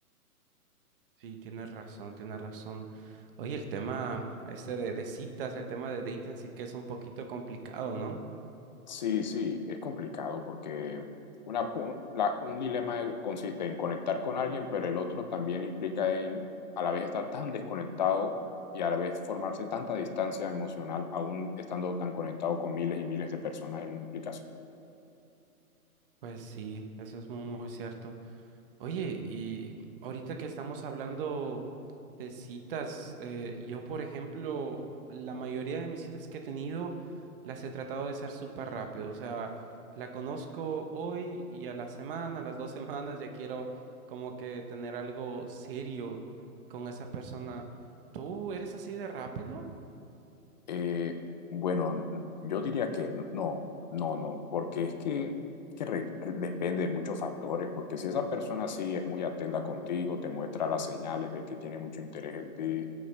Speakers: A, on the right; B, on the left.
A: Sí, tienes razón, tienes razón. Oye, el tema este de, de citas, el tema de dating sí que es un poquito complicado, ¿no?
B: Sí, sí, es complicado porque una, pu- la- un dilema consiste en conectar con alguien, pero el otro también implica en a la vez estar tan desconectado y a la vez formarse tanta distancia emocional, aún estando tan conectado con miles y miles de personas en una aplicación.
A: Pues sí, eso es muy, muy cierto. Oye, y ahorita que estamos hablando de citas, eh, yo por ejemplo, la mayoría de mis citas que he tenido las he tratado de ser súper rápido, o sea, la conozco hoy y a la semana, a las dos <laughs> semanas ya quiero como que tener algo serio con esa persona. ¿Tú eres así de rápido?
B: Eh, bueno, yo diría que n- no, no, no, porque es que, es que re- depende de muchos factores, porque si esa persona sí es muy atenta contigo, te muestra las señales de que tiene mucho interés en ti,